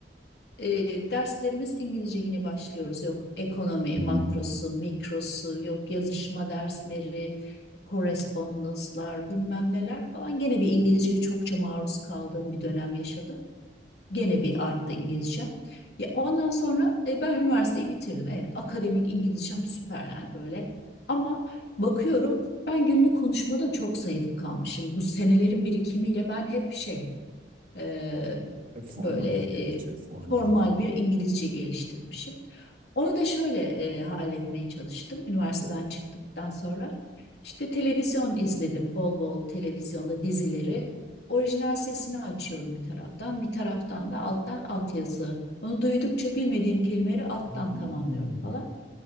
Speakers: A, on the left; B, on the right.
A: e, derslerimiz İngilizce yine başlıyoruz. Yok ekonomi
B: Hmm.
A: makrosu, mikrosu, yok yazışma dersleri, correspondence'lar bilmem neler falan. Gene bir İngilizceye çokça maruz kaldığım bir dönem yaşadım. Gene bir arttı İngilizcem. Ya ondan sonra e, ben üniversiteyi bitirdim. Evet, akademik İngilizcem süper yani böyle. Ama bakıyorum ben günlük konuşmada çok zayıf kalmışım. Bu senelerin birikimiyle ben hep şey e,
B: E, formal
A: böyle
B: İngilizce
A: e,
B: formal.
A: formal bir İngilizce geliştirmişim. Onu da şöyle e, halletmeye çalıştım üniversiteden çıktıktan sonra. İşte televizyon izledim, bol bol televizyonda dizileri. Orijinal sesini açıyorum bir taraftan, bir taraftan da alttan altyazı. Onu duydukça bilmediğim kelimeleri alttan
B: Hmm.
A: tamamlıyorum falan.